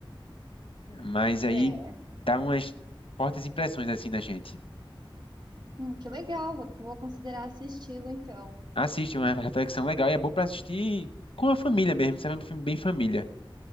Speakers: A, on the left; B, on the right.
A: Mas aí
B: É,
A: dá umas fortes impressões assim na gente.
B: hum, que legal. Vou, vou considerar esse estilo então.
A: Assiste, é uma reflexão legal e é bom para assistir com a família mesmo, sabe? É um filme bem família.